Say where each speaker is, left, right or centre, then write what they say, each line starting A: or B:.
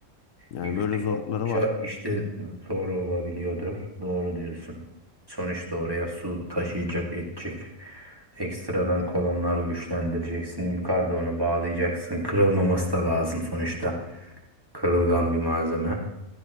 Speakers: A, on the left; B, on the right.
A: Yani
B: Yüksek
A: böyle zorlukları
B: oldukça
A: var.
B: işte zor olabiliyordur. Doğru diyorsun. Sonuçta oraya su taşıyacak, edecek. Ekstradan kolonlar güçlendireceksin. Yukarıda onu bağlayacaksın. Kırılmaması da lazım sonuçta. Kırılgan bir malzeme.